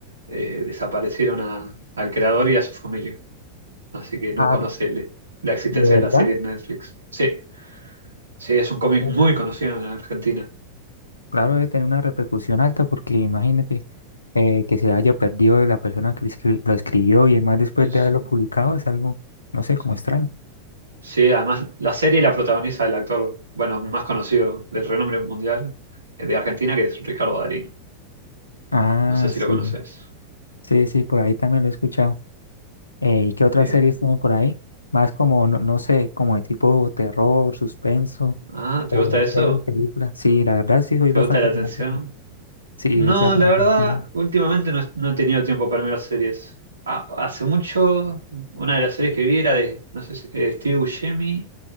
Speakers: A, on the right (about 70°); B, on the left (about 80°).
A: eh, desaparecieron a- al creador y a su familia. Así que no
B: ah,
A: conoce el- la existencia
B: ¿de verdad?
A: de la serie en Netflix. Sí, sí, es un cómic
B: Uf,
A: muy conocido en Argentina.
B: Claro, debe tener una repercusión alta porque imagínate eh, que se haya perdido de la persona que lo escri- lo escribió y además después
A: Sí,
B: de haberlo publicado es algo, no sé,
A: sí.
B: como extraño.
A: Sí, además la serie la protagoniza el actor, bueno, más conocido de renombre mundial eh, de Argentina, que es Ricardo Darín.
B: Ah,
A: No sé si
B: sí,
A: lo conoces.
B: sí, sí, por ahí también lo he escuchado. Eh, ¿y qué otras
A: Sí.
B: series tienen por ahí? Más como, no, no sé, como de tipo terror, suspenso
A: Ah, ¿te
B: o
A: gusta eso?
B: serie, película. Sí, la verdad sí, soy
A: ¿Te
B: bastante
A: gusta la atención?
B: fanático. Sí,
A: No,
B: o sea, como
A: la verdad,
B: que- sí.
A: últimamente no, no he tenido tiempo para mirar series. Ha- hace mucho, una de las series que vi era de, no sé si- eh, Steve Buscemi,